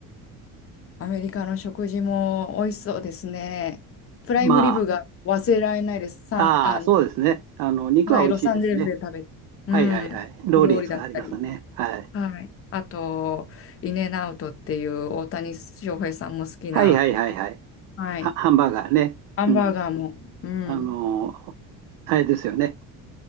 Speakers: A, on the left (about 35°); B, on the right (about 60°).
A: アメリカの食事も美味しそうですね。プライムリブが忘れられないです。
B: まあ、
A: サン、
B: ああ、
A: あの、
B: そうですね。あの、肉は美味しいですね。
A: はい、ロサンゼルスで食べた。うん、
B: はいはいはい。ローリーズがありますね。
A: 料理だったり。
B: はい。
A: はい。あと、インエンアウトっていう大谷翔平さんも好きな、
B: はいはいはいはい。
A: はい。
B: ハハンバーガーね。
A: ハンバーガーも、
B: うん。
A: うん。
B: あのー、あれですよね。